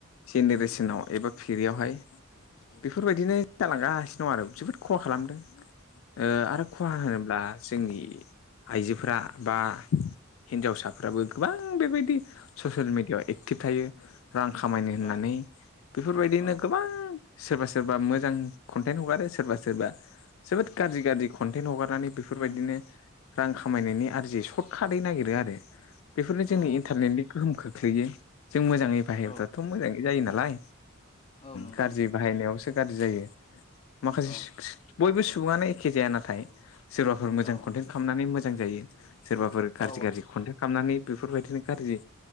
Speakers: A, on the left; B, on the left.
A: जेनेरेसनाव एबा फिरियावहाय। बेफोरबायदिनो जालांगासिनो दं आरो जोबोद खहा खालामदों ओ आरो खहा होनो ब्ला जोंनि आइजोफोरा बा हिनजावसाफ्राबो गोबां बेबाय दि ससियेल मिडियाआव एक्टिभ थायो। रां खामायनो होननानै
B: औ
A: बेफोरबायदिनो
B: औ
A: गोबां सोरबा सोरबा मोजां कन्टेन्ट हगारो सोरबा सोरबा जोबोद गाज्रि गाज्रि कन्टेन्ट हगारनानै बे बेफोरबायदिनो
B: उम
A: रां खामायनायनि आरजियै सर्ट कार्टयै नागिरो आरो बेफोरनो जोंनि
B: औ
A: इन्टारनेटनि गोहोम खोख्लैयो जों मोजाङै बाहायोब्लाथ'
B: औ
A: मोजाङै जायो नालाय
B: औ नंगौ
A: गाज्रि बाहायनायावसो गाज्रि जायो माखासे
B: औ
A: <unintelligible> बयबो सुबुङानो एखे जाया नाथाय सोरबाफोर मोजां
B: औ
A: कन्टेन्ट खालामनानै मोजां जायो। सोरबाफोर
B: औ
A: गाज्रि गाज्रि कन्टेन्ट खालामनानै बेफोरबायदिनो गाज्रि